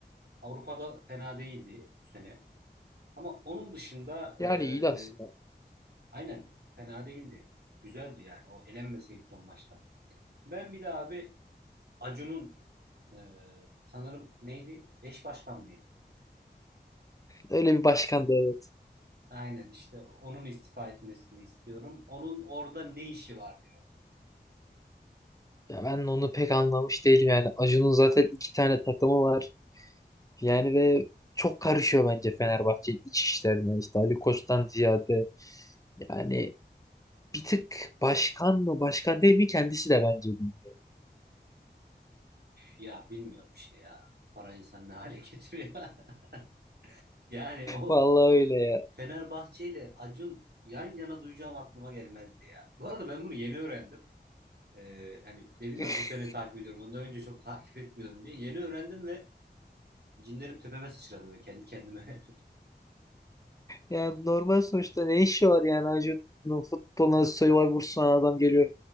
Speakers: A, on the right; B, on the left.
A: Avrupa'da fena değildi bu sene. Ama onun dışında
B: Yani
A: e,
B: iyi aslında.
A: aynen fena değildi. Güzeldi yani. O elenmeseydi son maçta. Ben bir de abi Acun'un e, sanırım neydi? Eş başkan mıydı?
B: Öyle bir başkan da evet.
A: Aynen işte onun istifa etmesini istiyorum. Onun orada ne işi var diyor.
B: Ya ben onu pek anlamış değilim yani. Acun'un zaten iki tane takımı var. Yani ve çok karışıyor bence Fenerbahçe iç işlerine. İşte Ali Koç'tan ziyade. Yani bir tık başkan mı başkan değil mi kendisi de bence bilmiyor.
A: Ya bilmiyorum işte ya. Para insan ne hale getiriyor. <laughs> Yani o
B: Vallahi öyle ya.
A: Fenerbahçe ile Acun yan yana duyacağım aklıma gelmezdi ya. Bu arada ben bunu yeni öğrendim. Ee, hani dedim
B: <laughs>
A: ya bu sene takip ediyorum. Ondan önce çok <laughs> takip etmiyordum diye. Yeni öğrendim ve cinlerim tepeme sıçradı ve kendi kendime.
B: Yani normal sonuçta ne işi var yani Acun'un futboluna Survivor sunan adam geliyor